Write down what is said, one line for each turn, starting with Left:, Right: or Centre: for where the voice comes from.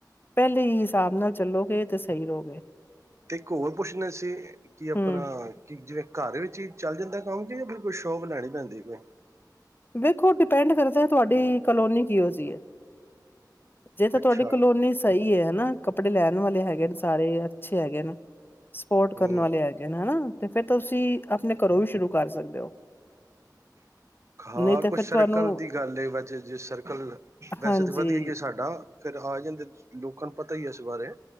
Left: ਪੈਲੇ ਈ ਹਿਸਾਬ ਨਾਲ ਚੱਲੋਗੇ, ਤੇ ਸਈ ਰੋਗੇ।
Right: ਤੇ ਇੱਕ ਔਰ ਪੁੱਛਣਾ ਸੀ ਕਿ ਅਪਣਾ
Left: ਹਮ
Right: ਕਿ ਜਿਵੇਂ ਕਰ ਵਿੱਚ ਈ ਚੱਲ ਜਾਂਦਾ ਕੰਮ, <unintelligible> ਕੋਈ ਸ਼ੋਪ ਲੈਣੀ ਪੈਂਦੀ ਕੋਈ?
Left: ਵੇਖੋ, ਡਿਪੈਂਡ ਕਰਦਾ ਤੁਆਡੀ ਕਲੋਨੀ ਕਿਔ ਜੀ ਏ। ਜੇ ਤਾਂ
Right: ਅੱਛਾ
Left: ਤੁਆਡੀ ਕਲੋਨੀ ਸਈ ਏ, ਹਨਾ, ਕੱਪੜੇ ਲੈਣ ਵਾਲੇ ਹੈਗੇ ਨੇ, ਸਾਰੇ ਅੱਛੇ ਹੈਗੇ ਨ। ਸਪੋਰਟ ਕਰਨ
Right: ਹਮ
Left: ਵਾਲੇ ਹੈਗੇ ਨੇ, ਹਨਾ? ਤੇ ਫੇਰ ਤੁਸੀਂ ਅਪਣੇ ਕਰੋਂ ਵੀ ਸ਼ੁਰੂ ਕਰ ਸਕਦੇ ਹੋ।
Right: ਹਾਂ,
Left: ਨਹੀਂ ਤੇ
Right: ਕੁਛ
Left: ਫਿਰ
Right: ਸ਼ਰਕਲ
Left: ਤੁਹਾਨੂੰ
Right: ਦੀ ਗੱਲ ਏ, <unintelligible> ਜੇ ਸਰਕਲ ਵੈਸੇ
Left: ਹਾਂਜੀ,
Right: ਤਾਂ ਵਧੀਆ ਈ ਏ ਸਾਡਾ। ਫੇਰ ਆ ਜਾਂਦੇ, ਲੋਕਾਂ ਨੂੰ ਪਤਾ ਈ ਏ ਇਸ ਬਾਰੇ।